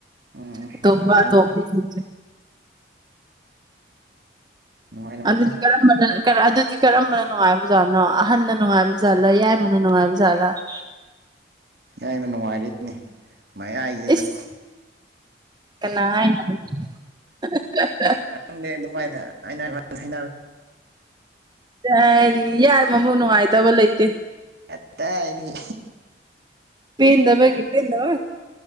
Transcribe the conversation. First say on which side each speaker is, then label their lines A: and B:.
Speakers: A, on the right; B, on the right.
A: ꯎꯝ ꯎꯝ
B: ꯑꯇꯣꯞꯄ
A: ꯌꯥꯝ ꯅꯨꯡꯉꯥꯏꯔꯦ
B: ꯑꯇꯣꯗꯤ ꯊꯁꯦ
A: ꯅꯨꯡꯉꯥꯏꯔꯝꯃꯅꯤ
B: ꯑꯗꯨꯗꯤ ꯀꯔꯝꯕꯅ ꯑꯗꯨꯗꯤ ꯀꯔꯝꯕꯅ ꯅꯨꯡꯉꯥꯏꯕꯖꯥꯠꯅꯣ ꯑꯍꯟꯅ ꯅꯨꯡꯉꯥꯏꯕ ꯖꯥꯠꯂꯥ ꯌꯥꯏꯕꯅ ꯅꯨꯡꯉꯥꯏꯕ ꯖꯥꯠꯂꯥ <inaudible>
A: ꯏꯏꯅ ꯅꯨꯡꯉꯥꯏꯔꯤꯅꯦ ꯃꯌꯥꯏꯒꯤꯁꯤꯅ
B: ꯏꯁ ꯀꯅꯥ <inaudible>
A: ꯈꯪꯗꯦ ꯑꯗꯨꯃꯥꯏꯅ ꯑꯃ ꯍꯥꯏ
B: ꯌꯥꯔꯤ ꯌꯥꯏ ꯃꯕꯨ ꯅꯨꯡꯉꯥꯏꯇꯕ ꯂꯩꯇꯦ
A: ꯑꯦꯠꯇ ꯏꯅꯤ
B: ꯄꯤꯗꯕꯒꯤ ꯄꯤꯗ